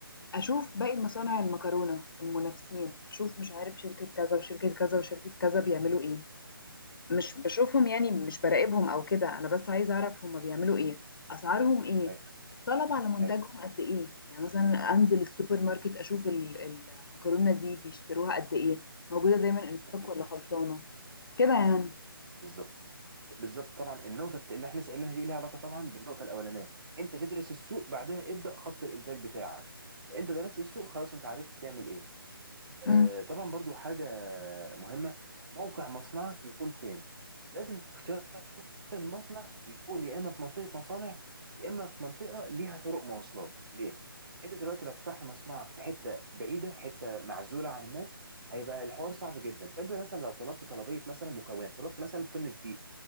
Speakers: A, on the left (about 65°); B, on the right (about 65°).
A: اشوف
B: مم.
A: باقي مصانع المكرونة المنافسين اشوف مش عارف شركة كذا وشركة كذا وشركة كذا بيعملوا ايه مش
B: مم.
A: بشوفهم يعني مش براقبهم او كده انا بس عايزه اعرف هما بيعملوا ايه اسعارهم ايه
B: ايوه
A: الطلب على منتجهم
B: ايوه
A: قد ايه يعني مثلا انزل
B: مم.
A: السوبر ماركت اشوف ال- المكرونه دي بيشتروها قد ايه موجوده دايما ان ستوك
B: اكيد
A: ولا خلصانه كده يعني
B: بالظبط بالظبط طبعا النقطه اللي احنا سالناها دي ليها علاقه طبعا بالنقطه الاولانيه انت تدرس السوق بعدها ابدا خط الانتاج بتاعك انت درست السوق خلاص انت عرفت تعمل ايه آه
A: امم
B: طبعا برضو حاجه مهمه موقع مصنعك يكون فين لازم اختيار المصنع يكون يا اما في منطقه مصانع يا اما في منطقه ليها طرق مواصلات ليه انت دلوقتي لو فتحت مصنعك في حته بعيده حته معزوله عن الناس هيبقى الحوار صعب جدا فانت مثلا لو طلبت طلبيه مثلا مكونات طلبت مثلا طن دقيق